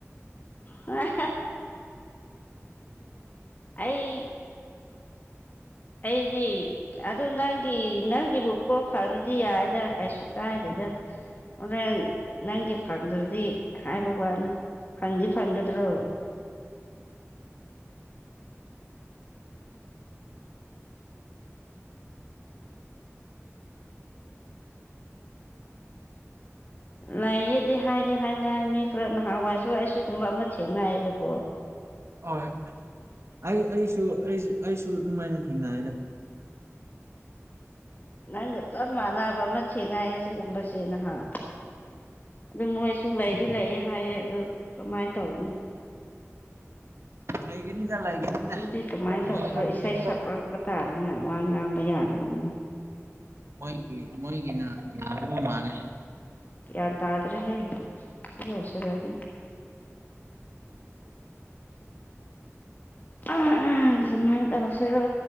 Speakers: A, on the left; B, on the right.
A: ꯍ ꯑꯩ ꯑꯩꯗꯤ ꯑꯗꯨ ꯅꯪꯒꯤ ꯅꯪꯒꯤꯕꯨ ꯄꯣ ꯐꯔꯗꯤ ꯌꯥꯏꯗ ꯀꯩꯁꯨ ꯀꯥꯏꯗꯦꯗ ꯍꯣꯔꯦꯟ ꯅꯪꯒꯤ ꯐꯪꯗ꯭ꯔꯗꯤ ꯍꯥꯏꯕ ꯋꯥꯅꯤ ꯐꯪꯗꯤꯦ ꯐꯪꯒꯗ꯭ꯔꯣ ꯂꯩꯌꯦꯗꯤ ꯍꯥꯏꯗꯤ ꯍꯥꯏꯅ ꯃꯤ ꯈꯔ ꯅꯍꯥꯟꯋꯥꯏꯁꯨ ꯁꯤꯒꯨꯝꯕ ꯑꯃ ꯊꯦꯡꯅꯌꯦꯕꯀꯣ
B: ꯍꯣꯏ ꯑꯩ ꯑꯩꯁꯨ ꯑꯩꯁꯨ ꯑꯩꯁꯨ ꯑꯗꯨꯃꯥꯏꯅ ꯊꯦꯡꯅ ꯍꯥꯏꯗ
A: ꯅꯪꯒ ꯆꯞ ꯃꯥꯟꯅꯕ ꯑꯃ ꯊꯦꯡꯅꯩꯌꯦ ꯁꯤꯒꯨꯝꯕꯁꯦ ꯅꯍꯥꯟ ꯑꯗꯨ ꯃꯣꯏꯁꯨ ꯂꯩꯗꯤ ꯂꯩꯌꯦ ꯍꯥꯏꯌꯦ ꯑꯗꯨ ꯀꯃꯥꯏꯅ ꯇꯧꯒꯅꯤ
B: ꯂꯩꯒꯅꯤꯗ ꯂꯩꯒꯅꯤꯗ
A: ꯑꯗꯨꯗꯤ ꯀꯃꯥꯏꯅ ꯇꯧꯁꯤꯔꯣ
B: ꯃꯣꯏ
A: ꯏꯁꯩ ꯁꯛꯂꯛꯄ ꯇꯥꯔꯦꯅꯦ ꯋꯥ ꯉꯥꯡꯕ ꯌꯥꯗꯦ ꯇꯅ
B: ꯃꯣꯏꯒꯤ ꯃꯣꯏꯒꯤꯅ ꯌꯥꯅꯕ ꯃꯥꯥꯟꯂ
A: ꯒ꯭ꯌꯥꯟ ꯇꯥꯗ꯭ꯔꯦꯍꯦ ꯁꯤ ꯌꯧꯁꯤꯜꯂꯅꯤ ꯑꯥ ꯑꯥ ꯀꯃꯥꯏꯅ ꯇꯧꯁꯤꯔꯣ